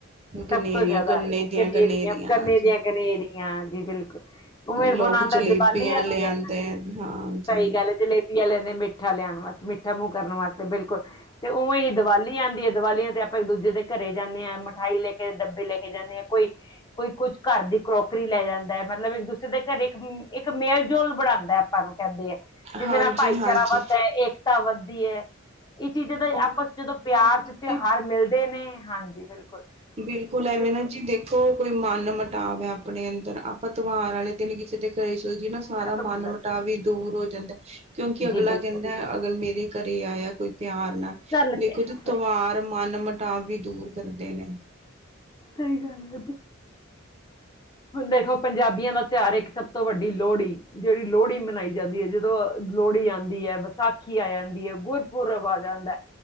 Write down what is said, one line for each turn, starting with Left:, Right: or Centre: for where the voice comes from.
Right: ਗਨੇਰੀਆਂ
Left: ਸਭ ਤੋਂ ਜਿਆਦਾ
Right: ਗੰਨੇ ਦੀਆਂ
Left: ਗਨੇਰੀਆਂ, ਗਨੇ
Right: ਹਮ,
Left: ਦੀਆਂ ਗਨੇਰੀਆਂ, ਜੀ ਬਿਲਕੁਲ ਉਵੇ ਹੁਣ
Right: ਲੋਕ
Left: ਆਂਦਾ
Right: ਜਲੇਬੀਆਂ
Left: ਦੀਵਾਲੀ ਆਂਦੀ
Right: ਲਿਆਂਦੇ
Left: ਐ, ਹ
Right: ਹਾਂਜੀ।
Left: ਸਹੀ ਗੱਲ ਜਲੇਬੀ ਲੈਂਦੇ ਮਿੱਠਾ ਲਿਆਣ ਵਾਸ, ਮਿੱਠਾ ਮੂੰਹ ਕਰਨ ਵਾਸਤੇ ਬਿਲਕੁਲ ਤੇ ਉਵੇਂ ਈ ਦੀਵਾਲੀ ਆਂਦੀ ਐ, ਦੀਵਾਲੀਆਂ ਤੇ ਆਪ ਆਪਾਂ ਇੱਕ ਦੂਜੇ ਦੇ ਘਰੇ ਜਾਂਨੇ ਆ, ਮਿਠਾਈ ਲੈ ਕੇ ਡੱਬੇ ਲੈ ਕੇ ਜਾਂਨੇ ਆ, ਕੋਈ, ਕੋਈ ਕੁਝ ਘਰ ਦੀ ਕਰੋਕਰੀ ਲੈ ਜਾਂਦਾ ਐ। ਮਤਲਬ ਇੱਕ ਦੂਸਰੇ ਦੇ ਘਰੇ ਇੱਕ, ਇੱਕ ਮੇਲ- ਜੋਲ ਬਣਾਂਦਾ ਆਪਾਂ ਨੂੰ ਕਹਿੰਦੇ ਆ। ਜਿਹਦੇ
Right: ਹਾਂਜੀ,
Left: ਨਾਲ ਭਾਈਚਾਰਾ
Right: ਹਾਂਜੀ
Left: ਵੱਧਦਾ ਐ, ਏਕਤਾ ਵੱਧਦੀ ਐ। ਇਹ ਚੀਜ਼ਾਂ ਦਾ
Right: ਹੋਰ
Left: ਆਪਸ ਜਦੋਂ ਪਿਆਰ
Right: ਬਿਲਕੁਲ
Left: ਚ ਤਿਉਹਾਰ
Right: ਜੀ।
Left: ਮਿਲਦੇ ਨੇ ਹਾਂਜੀ, ਬਿਲਕੁਲ
Right: ਬਿਲਕੁਲ ਐਵੇ
Left: ਤੇ
Right: ਨ ਜੀ ਦੇਖ ਦੇਖੋ, ਕੋਈ ਮਨ ਮੁਟਾਵ ਹੈ ਆਪਣੇ ਅੰਦਰ, ਆਪਾਂ ਤਿਉਹਾਰ ਵਾਲੇ ਦਿਨ, ਕਿਸੇ ਦੇ ਕਰੇ ਚਲ ਜੀਏ ਨਾ ਸਾਰਾ
Left: ਖਤਮ
Right: ਮਨ
Left: ਹੋ ਜਾਂਦਾ
Right: ਮਟਾਵ ਵੀ ਦੂਰ ਹੋ ਜਾਂਦਾ, ਕਿਉਂਕਿ
Left: ਹੈ।
Right: ਅਗਲਾ
Left: ਜੀ ਬਿਲਕੁਲ
Right: ਕਹਿੰਦਾ, ਅਗਲ ਮੇਰੇ ਘਰੇ ਆਇਆ ਕੋਈ ਪਿਆਰ ਨਾਲ,
Left: ਚੱਲ
Right: ਦੇਖੋ
Left: ਕੇ
Right: ਜੀ,
Left: ਸਹੀ
Right: ਤਵਾਰ ਮਨ ਮਟਾਵ ਵੀ ਦੂਰ ਕਰਦੇ ਨੇ
Left: ਸਹੀ ਗੱਲ ਹੈ ਹੁਣ ਦੇਖੋ, ਪੰਜਾਬੀਆਂ ਦਾ ਤਿਉਹਾਰ ਇੱਕ ਸਭ ਤੋਂ ਵੱਡੀ ਲੋਹੜੀ। ਜਿਹੜੀ ਲੋਹੜੀ ਮਨਾਈ ਜਾਂਦੀ ਹੈ ਜਦੋਂ ਲੋਹੜੀ ਆਉਂਦੀ ਹੈ, ਵਿਸਾਖੀ ਆ ਜਾਂਦੀ ਹੈ, ਗੁਰਪੁਰਬ ਆ ਜਾਂਦਾ